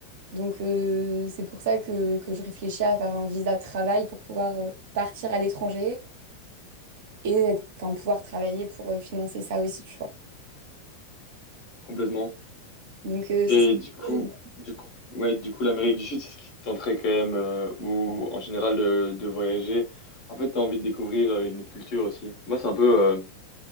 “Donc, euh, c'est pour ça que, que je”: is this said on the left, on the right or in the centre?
Right